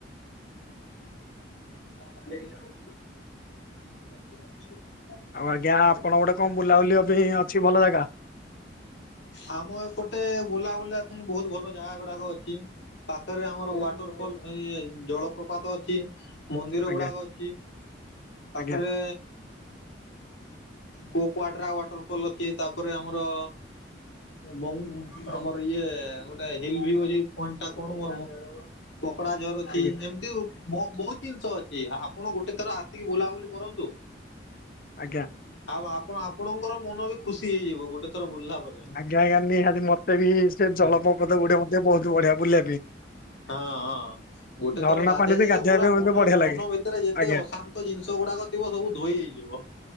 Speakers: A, on the left (about 70°); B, on the left (about 45°).
A: ମୁଁ ତାଲିକି ଯାଉଛି। <inaudible>
B: ଆଉ ଆଜ୍ଞା ଆପଣ ଗୋଟେ କଣ ବୁଲା ବୁଲିିବା ପାଇଁ ଅଛି ଭଲ ଜାଗା।
A: ଆମ ଏପଟେ ବୁଲା ବୁଲାବା ପାଇଁ ବହୁତ ଭଲ ଜାଗା ଗୁଡାକ ଅଛି। ପାଖରେ ଆମର ୱାଟର ଫଲ ଜଳପ୍ରପାତ ଅଛି। ମନ୍ଦିର
B: ଆଜ୍ଞା
A: ଗୁଡାକ ଅଛି ପାଖରେ
B: ଆଜ୍ଞା
A: କୋ କୋୱଡ୍ରା ୱାଟରଫଲ୍ ଅଛି ତାପରେ ଆମର ମ ଆମର ଇଏ ଗୋଟେ ହିଲ୍ ଭ୍ୟୁ ଅଛି ପଏଣ୍ଟ ଟା କଣ ମୋର ମୋ ପକଡା ଝରୁ ଅଛି
B: ଆଜ୍ଞା
A: ଏମିତି ଆଉ ବହୁତ ଜିନିଷ ଅଛି ଆପଣ ଗୋଟେ ଥର ଆସିକି ବୁଲାବୁଲି କରନ୍ତୁ।
B: ଆଜ୍ଞା।
A: ଆଉ ଆପଣ ଆପଣଙ୍କର ମନ ବି ଖୁସି ହେଇଯିବ ଗୋଟେ ଥର ବୁଲିଲା ପରେ।
B: ଆଜ୍ଞା ଆଜ୍ଞା ନିହାତି ମତେ ବି ସେ
A: ହଁ
B: ଜଳପ୍ରଭାତ ଗୁଡେ ମତେ ମଧ୍ୟ ବହୁତ ବଢିଆ ବୁଲିବା ପାଇଁ।
A: ହଁ-ଅ ହଁ। ଗୋଟେ
B: ଝରଣା
A: ଥର ଗାଧେଇ
B: ପାଣିରେ
A: ଦେଲେ
B: ଗାଧୋଇବା
A: ପୁରା
B: ପାଇଁ
A: ମନର
B: ମତେ ବଢିଆ
A: ମନ
B: ଲାଗେ
A: ଭିତରେ ଯେତେ
B: ଆଜ୍ଞା
A: ଅଶାନ୍ତ ଜିନିଷ ଗୁଡାକ ଥିବ ସବୁ ଧୋଇ ହୋଇ ଯିବ।